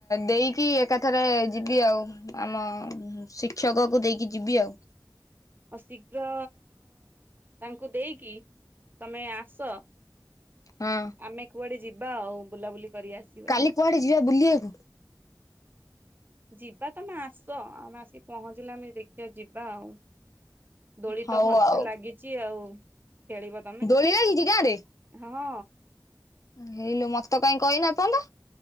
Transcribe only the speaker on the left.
ଦେଇକି ଏକାଥରେ ଯିବି ଆଉ ଆମ ଶିକ୍ଷକକୁ ଦେଇକି ଯିବି ଆଉ।
ହଁ।
କାଲି କୁଆଡେ ଯିବା ବୁଲିବାକୁ।
ହଉ
ଆଉ
ଦୋଳି ଲାଗିଛି ଗାଁ ରେ?
ହେଇଲୁ ମତେତ କାଇଁ କହିନା ଏପର୍ଯ୍ୟନ୍ତ।